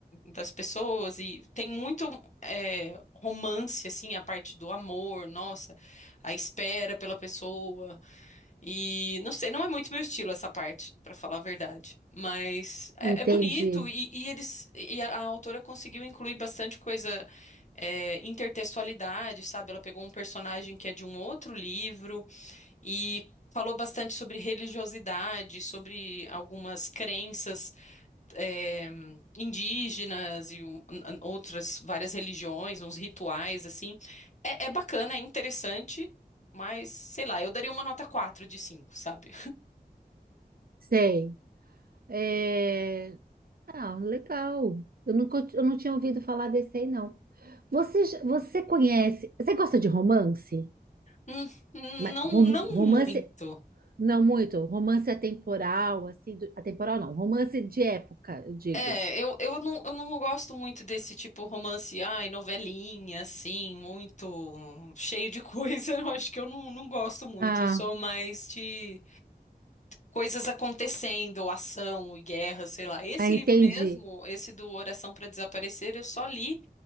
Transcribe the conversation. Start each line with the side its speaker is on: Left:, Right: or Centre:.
Left: das pessoas, e tem muito é, romance, assim, a parte do amor, nossa, a espera pela pessoa. E não sei, não é muito meu estilo essa parte, pra falar a verdade. Mas é,
Right: entendi.
Left: é bonito e, e eles e a, a autora conseguiu incluir bastante coisa. é, intertextualidade, sabe? Ela pegou um personagem que é de um outro livro e falou bastante sobre religiosidade, sobre algumas crenças eh, indígenas e um- an- outras várias religiões, uns rituais assim. É, é bacana, é interessante, mas sei lá, eu daria uma nota quatro de cinco sabe?
Right: Sei. É, Ah, legal. Eu nunca, eu não tinha ouvido falar desse aí, não. Você, já- você conhece... Você gosta de romance?
Left: Hum,
Right: Mas
Left: Não,
Right: rom-
Left: não
Right: romance...
Left: muito.
Right: Não muito. Romance atemporal, assim... do- Atemporal não. Romance de época, eu digo.
Left: É, eu, eu não, eu não gosto muito desse tipo romance, ai, novelinha, assim, muito cheio de coisa. <laughs> Eu acho que eu não, não gosto muito.
Right: Ah,
Left: Eu sou mais de coisas acontecendo, ou ação, e guerra, sei lá. Esse
Right: ah,
Left: livro
Right: entendi.
Left: mesmo, esse do Oração para Desaparecer, eu só li